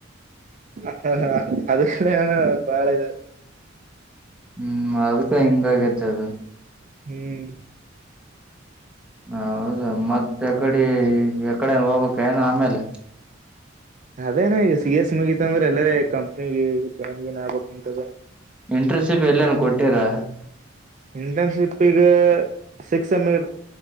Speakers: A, on the right (about 40°); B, in the centre.
A: ಹ ಹಾ ಅದ ಕಣ ಬಾಳ ಇದು
B: ಹ್ಮ್ ಅದ್ಕ್ಕೂ ಹೆಿಂಗಾಗತ ಅದ
A: ಹ್ಮ್
B: ಹೌದಾ ಮತ್ತ ಎ ಕಡಿ ಎಕಡೆ ಹೋಗ್ಬಕ್ ಏನ ಆಮೇಲೆ
A: ಅದೇನ ಈಗ ಸಿ ಎಸ್ ಮುಗಿತ ಅಂದ್ರೆ ಎಲ್ಲಾರ ಕಂಪ್ನಿ ಜಾಯಿನ್ ಗಿನ್ ಆಗ್ಬೇಕಂತದ
B: ಇಂಟ್ರನ್ಶಿಪ್ ಎಲ್ಲನ್ ಕೊಟ್ಟಿರಾ
A: ಇಂಟರ್ನ್ಶಿಪ್ಗ ಸಿಕ್ಸ್ ಎಮ್ರ್